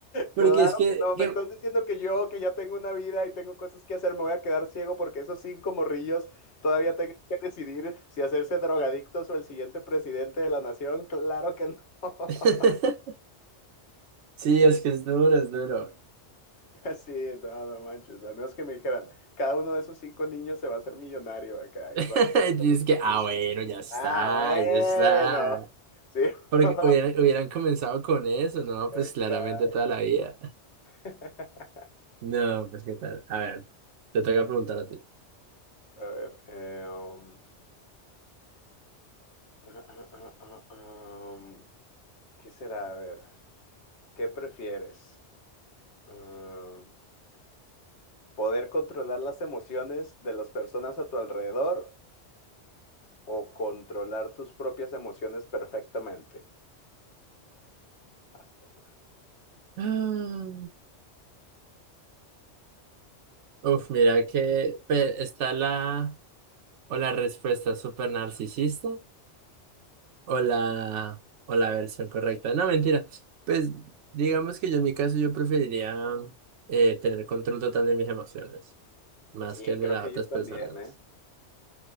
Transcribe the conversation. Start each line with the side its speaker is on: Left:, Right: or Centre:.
Right: Porque
Left: Claro
Right: es que,
Left: que no, me
Right: que-
Left: estás diciendo que yo, que ya tengo una vida y tengo cosas que hacer, me voy a quedar ciego porque esos cinco morrillos todavía tengan que decidir si hacerse drogadictos o el siguiente presidente de la nación. Claro que no.
Right: <laughs>
Left: <laughs>
Right: Sí, es que es duro, es duro. <laughs>
Left: Sí, no, no manches. Al menos que me dijeran, cada uno de esos cinco niños se va a hacer millonario acá
Right: Y
Left: y van a saber
Right: dices
Left: que fuiste
Right: que, ah,
Left: tú.
Right: bueno, ya está,
Left: Ah, bueno.
Right: ya está.
Left: Sí.
Right: Porque
Left: <laughs>
Right: hubieran, hubieran comenzado con eso, ¿no?
Left: Exacto.
Right: Pues claramente toda la vida.
Left: <laughs>
Right: No, pues qué tal. A ver, te tengo que preguntar a ti.
Left: A ver, eh, um, ah, ah, ah, ah, ah, um, ¿qué será? A ver, ¿qué prefieres? Um, ¿poder controlar las emociones de las personas a tu alrededor o controlar tus propias emociones perfectamente? Haz pena.
Right: Ah, Uf, mira que pe- está la o la respuesta súper narcisista o la o la versión correcta. No, mentira. Pues digamos que yo en mi caso yo preferiría eh, tener control total de mis emociones, más
Left: Sí,
Right: que el
Left: creo
Right: de las
Left: que
Right: otras
Left: yo también,
Right: personas.
Left: ¿eh?